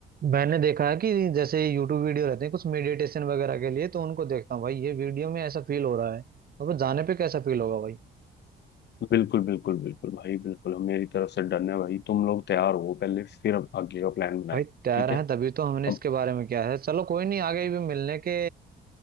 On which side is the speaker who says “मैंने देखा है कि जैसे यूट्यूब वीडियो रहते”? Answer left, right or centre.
Right